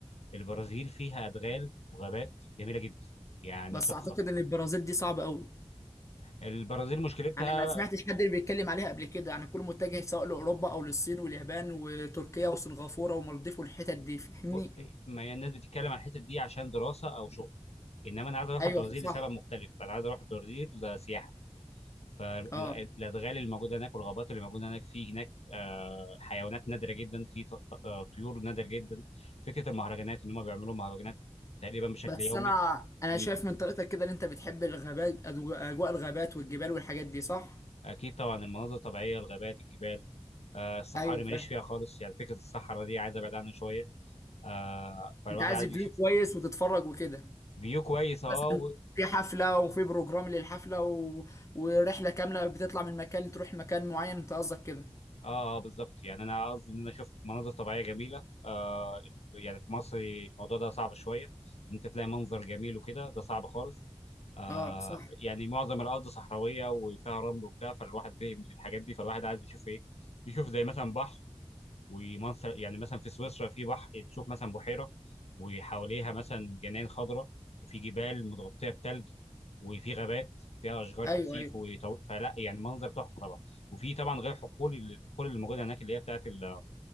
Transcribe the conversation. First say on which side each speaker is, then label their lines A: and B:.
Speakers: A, on the left; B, on the left.
A: البرازيل فيها ادغال وغابات جميله جدا يعني
B: بس
A: تحفه
B: اعتقد ان البرازيل دي صعبه قوي
A: البرازيل مشكلتها
B: يعني ما سمعتش حد اللي بيتكلم عليها قبل كده يعني كله متجه سواء لاوروبا او للصين واليابان وتركيا وسنغافوره ومالديف والحتت دي فاهمني
A: ب... ما هي الناس بتتكلم عن الحته دي عشان دراسه او شغل انما انا عايز اروح
B: ايوه
A: البرازيل
B: صح
A: لسبب مختلف انا عايز اروح البرازيل سياحه فالادغال
B: اه
A: اللي موجوده هناك والغابات اللي موجوده هناك في هناك آه، حيوانات نادره جدا في ط- ط- آه، طيور نادره جدا فكره المهرجانات ان هم بيعملوا مهرجانات تقريبا بشكل
B: بس
A: يومي
B: انا انا
A: مم.
B: شايف من طريقتك كده ان انت بتحب الغابات أجو- اجواء الغابات والجبال والحاجات دي صح
A: اكيد طبعا المناظر الطبيعيه الغابات الجبال آه، الصحاري
B: ايوه
A: ماليش
B: فاهم
A: فيها خالص يعني فكره الصحراء دي عايز ابعد عنها شويه آه، فالواحد
B: انت عايز
A: عايز
B: فيو
A: يشوف
B: كويس وتتفرج وكده
A: فيو كويس اه
B: مثلا في حفله وفي بروجرام للحفله و... ورحله كامله بتطلع من مكان تروح مكان معين انت قصدك كده
A: اه اه بالظبط يعني انا قصدي ان انا شفت مناظر طبيعيه جميله آه ال- يعني في مصر الموضوع ده صعب شويه ان انت تلاقي منظر جميل وكده ده صعب خالص آه
B: اه صح
A: يعني معظم الارض صحراويه وفيها رمل وبتاع فالواحد زهق من الحاجات دي فالواحد عايز يشوف ايه يشوف زي مثلا بحر ومنظر يعني مثلا في سويسرا في بحر تشوف مثلا بحيرة وحواليها مثلا جنان خضراء وفي جبال متغطية بتلج وفي غابات فيها أشجار
B: ايوه
A: كثيف
B: ايوه
A: وطو... فلا يعني منظر تحفة طبعا وفي طبعا غير حقول الحقول اللي موجودة هناك اللي هي بتاعت ال-